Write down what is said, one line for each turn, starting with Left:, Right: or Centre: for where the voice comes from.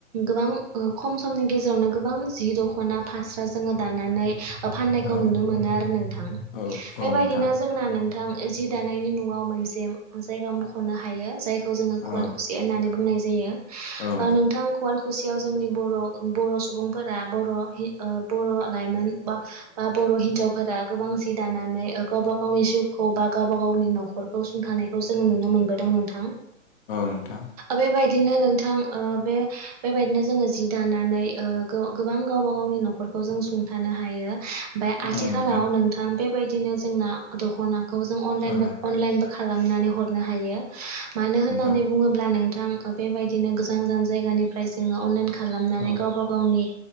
Right: गोबां ओ खम समनि गेजेरावनो गोबां जि दखना फास्रा जोङो दानानै ओ फाननायखौ
Left: औ
Right: नुनो मोनो आरो नोंथां
Left: औ औ
Right: बेबायदिनो
Left: नोंथां
Right: जोंना नोंथां जि दानायनि मुङाव मोनसे जायगा मखनो हायो जायखौ जोङो खुवाल
Left: औ
Right: खुसि होननानै बुंनाय जायो जायो
Left: औ
Right: ओ नोंथां खुवाल खुसि याव जोंनि बर' बर' सुबुंफोरा बर' हि ओ बर' लाइमोन बा बा बर' हिनजावफोरा गोबां जि दानानै ओ गावबा गावनि जिउ खौ बा गावबा गावनि नखरखौ सुंथानायखौ जोङो नुनो मोनबो दों नोंथां
Left: नोंथां
Right: बेबाय दिनो नोंथां ओ बे बेबायदिनो जोङो जि दानानै ओ गोबां गावबा गावनि नखर खौ जों सुंथानो हायो ओमफाय
Left: औ
Right: आथिखालाव
Left: नोंथां
Right: नोंथां बेबायदिनो जोंना दखनाखौ जों
Left: औ
Right: अनलाइनबो
Left: औ
Right: अनलाइनबो खालामनानै हरनो हायो मानो होननानै
Left: नोंथां
Right: बुङोब्ला नों थां बेबायदिनो गोजान गोजान जायगानिफ्राय जोङो अनलाइन खालामनानै
Left: औ
Right: गावबा गावनि